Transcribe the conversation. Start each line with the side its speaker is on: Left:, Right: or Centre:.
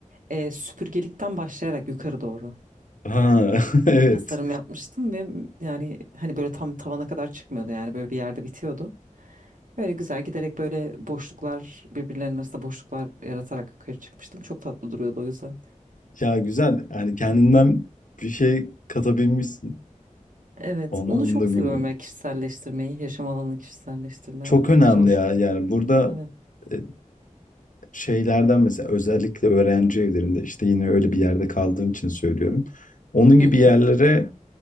Right: eee, süpürgelikten başlayarak yukarı doğru
Left: Ha, <laughs>
Right: bir
Left: evet.
Right: tasarım yapmıştım ve yani hani böyle tam tavana kadar çıkmıyordu yani böyle bir yerde bitiyordu. Böyle güzel giderek böyle boşluklar birbirlerinin arasında boşluklar yaratarak yukarı çıkmıştım. Çok tatlı duruyordu o yüzden.
Left: Ya güzel. Yani kendinden bir şey katabilmişsin.
Right: Evet,
Left: O anlamda
Right: onu çok
Left: güzel.
Right: seviyorum ben kişiselleştirmeyi, yaşam alanını kişiselleştirme
Left: Çok önemli
Right: fikri hoşuma
Left: ya. Yani
Right: gitti.
Left: burada
Right: Evet.
Left: e, şeylerden mesela özellikle öğrenci evlerinde işte yine öyle bir yerde kaldığım için söylüyorum. Onun gibi
Right: Hı hı.
Left: yerlere